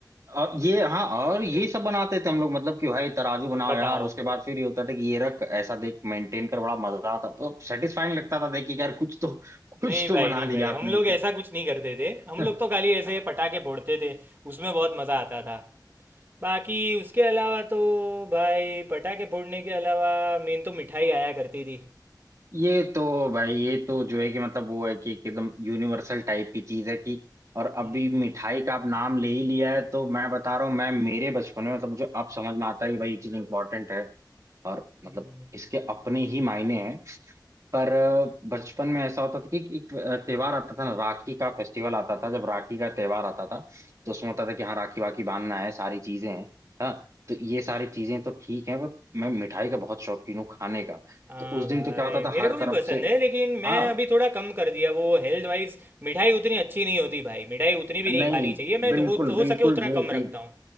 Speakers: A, on the right; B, on the right.
A: और ये हाँ और ये
B: <laughs>
A: सब बनाते थे हम लोग मतलब कि भाई तराजू बनाओ
B: बताओ
A: यार उसके बाद फिर ये होता था कि ये रख ऐसा देख मेंटेन कर बड़ा मजा आता तो सेटिस्फाइंग लगता था देख के कि यार कुछ तो कुछ
B: नहीं
A: तो
B: भाई
A: बना
B: नहीं
A: लिया
B: भाई
A: आपने
B: हम लोग
A: इसे
B: ऐसा कुछ नहीं करते थे हम
A: <laughs>
B: लोग तो खाली ऐसे पटाखे फोड़ते थे उसमें बहुत मज़ा आता था बाकी उसके अलावा तो भाई पटाखे फोड़ने के अलावा मेन तो मिठाई आया करती थी
A: ये तो भाई ये तो जो है कि मतलब वो है कि एकदम यूनिवर्सल टाइप की चीज है कि और
B: हम्म,
A: अभी मिठाई का आप नाम ले ही लिया है तो मैं बता रहा हूँ मैं मेरे बचपन में मतलब मुझे अब समझ में आता है कि भाई ये चीज इंपॉर्टेंट है और
B: हम्म,
A: मतलब इसके अपने ही मायने हैं पर अ, बचपन में ऐसा होता था कि एक अ, त्योहार आता था ना राखी का फेस्टिवल आता था जब राखी का त्योहार आता था तो उसमें
B: हम्म।
A: होता था कि हाँ राखी वाखी बांधना है सारी चीजें हैं हाँ तो ये सारी चीजें तो ठीक है पर मैं मिठाई का बहुत शौकीन हूँ खाने का
B: हाँ
A: तो उस दिन
B: भाई
A: तो क्या होता था
B: मेरे
A: हर
B: को भी
A: तरफ
B: पसंद
A: से
B: है लेकिन मैं
A: हाँ
B: अभी थोड़ा कम कर दिया वो हेल्थ वाइज मिठाई उतनी अच्छी नहीं होती भाई मिठाई उतनी भी नहीं
A: नहीं
B: खानी चाहिए मैं
A: बिल्कुल
B: तो हो, हो
A: बिल्कुल
B: सके उतना
A: जो है
B: कम
A: कि
B: रखता हूँ